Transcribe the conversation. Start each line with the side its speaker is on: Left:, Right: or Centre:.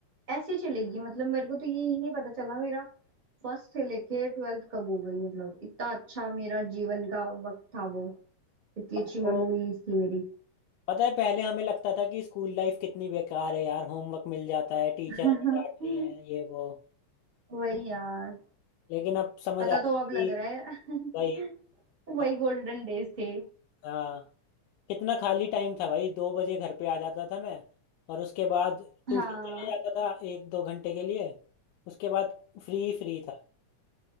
Right: ऐसी चलेगी मतलब मेरे को तो ये ही नहीं पता चला मेरा फर्स्ट से लेके ट्वेल्थ कब हो गई मतलब इतना अच्छा मेरा जीवन का वक्त था वो इतनी
Left: अब
Right: अच्छी
Left: तो
Right: मेमोरीज थी मेरी
Left: पता है पहले हमें लगता था कि स्कूल लाइफ कितनी बेकार है यार होमवर्क मिल जाता है टीचर
Right: <laughs>
Left: हमें डांट रही है ये वो
Right: वही यार
Left: लेकिन अब समझ
Right: पता
Left: आ रहा
Right: तो अब
Left: है कि
Right: लग रहा है
Left: भाई
Right: <laughs> वही
Left: अब-
Right: गोल्डन डेज थे
Left: हाँ कितना खाली टाइम था भाई दो बजे घर पे आ जाता था मैं और उसके बाद ट्यूशन
Right: हाँ
Left: चले जाता था एक दो घंटे के लिए उसके बाद फ्री फ्री था